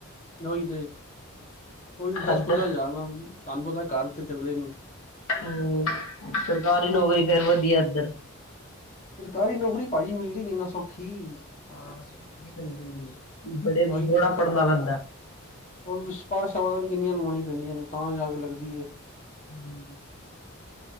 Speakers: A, on the left (about 35°); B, on the left (about 70°).
A: ਉਹੀ ਤੇ, ਕੋਈ ਦਸ
B: ਇੱਧਰ
A: ਪੰਦਰਾਂ ਹਜ਼ਾਰ ਵਾ ਤੁਹਾਨੂੰ ਪਤਾ ਘਰ ਤੇ ਚੱਲਦੇ ਨੀ।
B: ਹੂੰ ਸਰਕਾਰੀ ਨੌਕਰੀ ਫੇਰ ਵਧੀਆ ਇੱਧਰ।
A: ਸਰਕਾਰੀ ਨੌਕਰੀ ਭਾਜੀ ਮਿਲਦੀ ਨੀ ਨਾ ਸੌਖੀ।
B: ਹਾਂ ਸੋਖੀ ਮਿਲਦੀ ਨੀ, ਬੜੇ
A: ਉਹੀ ਤੇ,
B: ਬੜਾ ਪੜ੍ਹਨਾ ਪੈਂਦਾ।
A: ਉਹ ਸਿਪਾਰਸ਼ਾ ਤਾਂ ਨੀ ਕਿੰਨੀਆਂ ਲਵਾਣੀਆ ਪੈਂਦੀਆਂ ਨੇ ਤਾਂ ਜਾ ਕੇ ਲੱਗਦੀ ਏ।
B: ਹੂੰ,